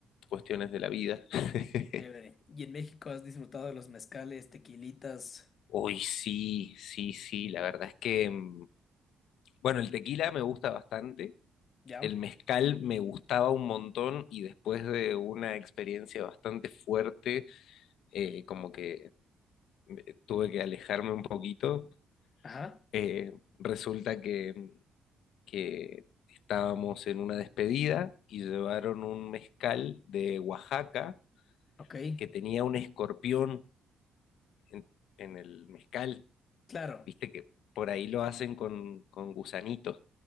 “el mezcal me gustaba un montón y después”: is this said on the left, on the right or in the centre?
Left